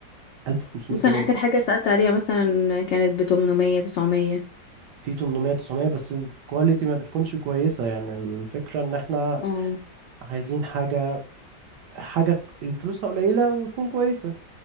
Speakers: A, on the right; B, on the left.
A: 1500
B: بص
A: جنيه
B: أنا آخر حاجة سألت عليها مثلا كانت بتمنمية تسعمية
A: في 800 900 بس الكواليتي ما بتكونش كويسة يعني الفكرة ان احنا
B: اه
A: عايزين حاجة حاجة الفلوسها قليلة وتكون كويسة